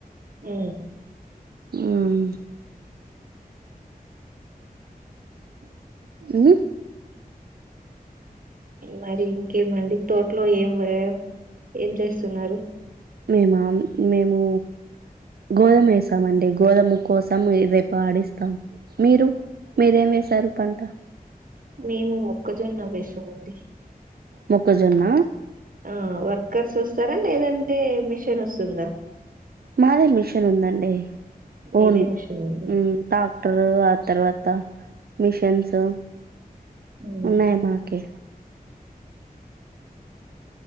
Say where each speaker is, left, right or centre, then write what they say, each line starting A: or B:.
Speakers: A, on the right; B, on the right.
A: ఊ
B: ఊమ్
A: ఓే
B: ఉ
A: మరి ఇంకేమండి తోట్లో ఏం వ ఏం చేస్తున్నారు
B: మేము మేము గోధమ్ ఏసామండి గోధము కోసం రేపు ఆడిస్తాం మీరు మీరేం వేసారు పంట
A: మేము మొక్కజొన్న వేసామండి
B: మొక్కజొన్న
A: ఆ వర్కర్స్ వస్తారా లేదంటే మిషన్ వస్తుందా
B: మాది మిషన్ ఉందండి
A: మీదే
B: ఓన్
A: మిషన్ ఉంది
B: ఊమ్ ట్రాక్టరూ ఆ తర్వాత మిషన్స్
A: ఉమ్,
B: ఉన్నాయ్ మాకే